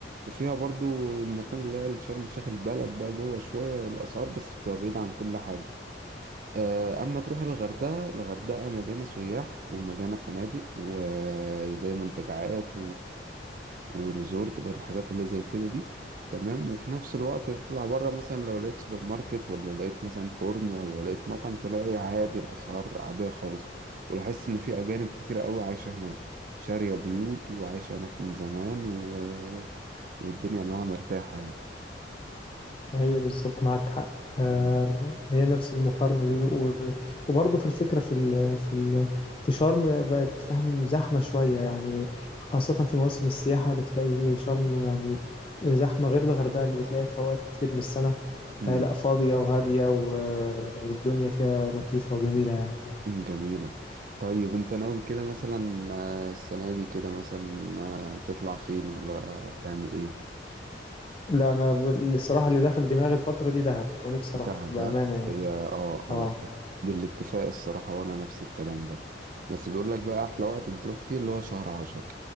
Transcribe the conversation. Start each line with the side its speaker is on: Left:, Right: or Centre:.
Right: وفيها برضو المكان اللي هي شرم الشيخ البلد بقى جوه شوية الأسعار بس بتبقى بعيدة عن كل حاجة آه، أما تروح الغردقة الغردقة مليانة سياح ومليانة فنادق وزي منتجعات وريزورت برضه الحاجات اللي زي كده دي تمام وفي نفس الوقت تطلع بره مثلا لو لقيت سوبر ماركت ولا لقيت مثلا فرن ولا لقيت مطعم تلاقي عادي الأسعار عادية خالص ولاحظت إن في أجانب كتير قوي عايشة هناك شارية بيوت وعايشة هناك من زمان و... والدنيا معاها مرتاحة يعني
Left: ايوه بالظبط معاك حق آه
Right: مم.
Left: هي نفس المقارنه دي و- وبرضه في الفكره في ال في ال في شرم بقت فاهم زحمه شويه يعني خاصه في موسم السياحه بتلاقي شرم يعني زحمه غير الغردقه اللي بتلاقيها في اوقات كتير من السنه
Right: مم.
Left: آه لا فاضيه وهاديه و- والدنيا فيها لطيفه وجميله يعني
Right: مم. جميلة طيب انت ناوي كده مثلا آه، السنة دي كده مثلا آه، تطلع فين ولا تعمل ايه؟
Left: لا انا ب- الصراحه اللي داخل دماغي الفتره دي دهب ونفسي اروح
Right: كعبة
Left: بامانه يعني
Right: هي اه اه
Left: اه
Right: بالاتفاق الصراحة وانا نفس الكلام برضه بس بيقول لك بقى احلى وقت بتروح فيه اللي هو شهر عشرة